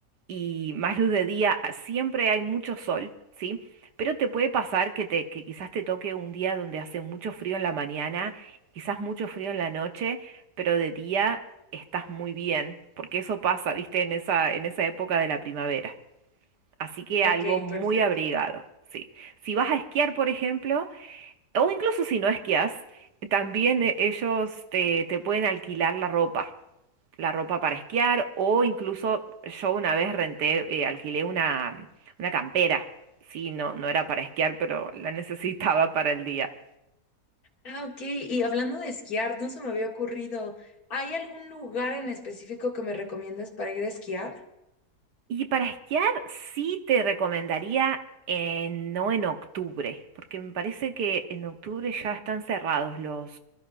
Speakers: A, on the right; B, on the left.
A: y más luz de día, siempre hay mucho sol, ¿sí? Pero te puede pasar que, te, que quizás te toque un día donde hace mucho frío en la mañana, quizás mucho frío en la noche, pero de día estás muy bien, porque eso pasa, ¿viste? En esa, en esa época de la primavera. Así que
B: Ok,
A: algo muy
B: perfecto.
A: abrigado, sí. Si vas a esquiar, por ejemplo, o incluso si no esquias, también eh, ellos te, te pueden alquilar la ropa la ropa para esquiar o incluso yo una vez renté, eh, alquilé una, una campera. Sí, no, no era para esquiar, pero la <laughs> necesitaba para el día.
B: Ah, ok. Y hablando de esquiar, no se me había ocurrido. ¿Hay algún lugar en específico que me recomiendas para ir a esquiar?
A: Y para esquiar sí te recomendaría eh, no en octubre, porque me parece que en octubre ya están cerrados los,